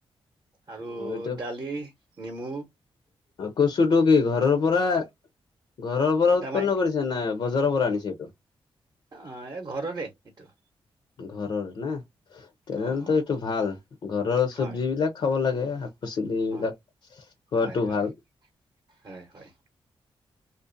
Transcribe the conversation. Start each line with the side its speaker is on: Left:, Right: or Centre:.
Right: আৰু
Left: অ এইটো
Right: দালি, নিমু।
Left: কচুটো কি ঘৰৰ পৰা? ঘৰৰ পৰা
Right: এটা
Left: উৎপন্ন
Right: মানে
Left: কৰিছে নে, বজাৰৰ পৰা আনিছে, এইটো?
Right: অ', এই ঘৰৰে এইটো।
Left: ঘৰৰ না, তেনেহ'লেতো
Right: অ অ
Left: এইটো ভাল ঘৰৰ সৱজীবিলাক
Right: হয়
Left: খাব লাগে। পাচলি এইবিলাক
Right: অ,
Left: খোৱাটো
Right: হয়- হয়-হয়-হয়-
Left: ভাল।
Right: হয়।